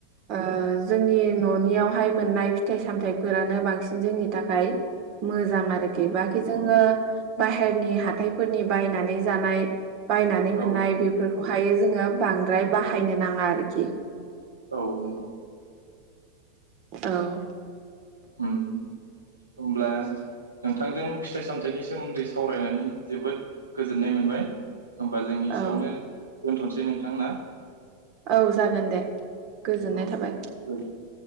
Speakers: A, on the right; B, on the right.
A: ओ जोंनि ननियाव। बेहाय मोननाय फिथाइ सामथायाइफोरानो बांसिन जोंनि थाखाय। मोजां आरोखि बाखि जोंङो बाहेरनि हाथाय फोरनि बायनानै जानाय बायनानै मोननाय
B: औ
A: बेफोरखौहायो जोंङो बांद्राय बाहायनो नाङा आरोखि।
B: औ नंगौ।
A: औ।
B: ओम होनब्ला नोंथांजों फिथाइ सामथायाइनि सोमोन्दै सावरायनानै जोबोद गोजोननाय मोनबाय। होमबा जोंनि एसेयावनो
A: औ
B: दोनथसै नोंथां ना?
A: औ जागोन दे। गोजोननाय
B: औ
A: थाबाय।
B: गोजोन